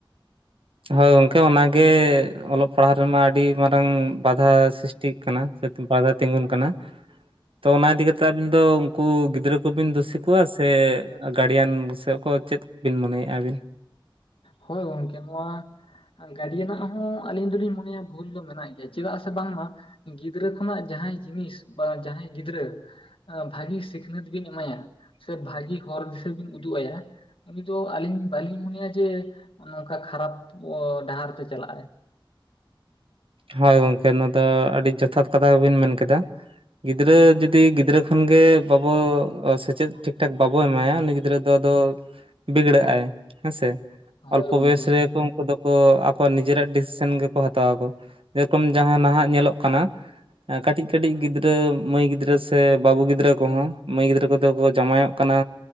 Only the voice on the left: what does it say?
ᱦᱳᱭ ᱜᱚᱝᱠᱮ ᱱᱚᱣᱟ ᱜᱟᱰᱤᱭᱮᱱᱥ ᱟᱜ ᱦᱚᱸ ᱟᱹᱞᱤᱧ ᱫᱚᱞᱤᱧ ᱢᱚᱱᱮᱭᱟ ᱵᱷᱩᱞ ᱫᱚ ᱢᱮᱱᱟᱜ ᱜᱮᱭᱟ ᱪᱮᱫᱟᱜ ᱥᱮ ᱵᱟᱝᱢᱟ ᱜᱤᱫᱽᱨᱟᱹ ᱠᱷᱚᱱᱟᱜ ᱡᱟᱦᱟᱸᱭ ᱡᱤᱱᱤᱥ ᱵᱟ ᱡᱟᱦᱟᱸᱭ ᱜᱤᱫᱽᱨᱟᱹ ᱵᱷᱟᱹᱜᱤ ᱥᱤᱠᱷᱱᱟᱹᱛ ᱵᱤᱱ ᱮᱢᱟᱭᱟ ᱥᱮ ᱵᱷᱟᱹᱜᱤ ᱦᱚᱨ ᱫᱤᱥᱟᱹ ᱵᱤᱱ ᱩᱫᱩᱜ ᱟᱭᱟ ᱩᱱᱤ ᱫᱚᱚ ᱟᱞᱤᱧ ᱵᱟᱹᱞᱤᱧ ᱢᱚᱱᱮᱭᱟ ᱡᱮ ᱱᱚᱝᱠᱟ ᱠᱷᱟᱨᱟᱯ ᱰᱟᱦᱟᱨ ᱛᱮ ᱪᱟᱞᱟᱜᱼᱟᱭ᱾
ᱦᱳᱭ
ᱜᱚᱝᱠᱮ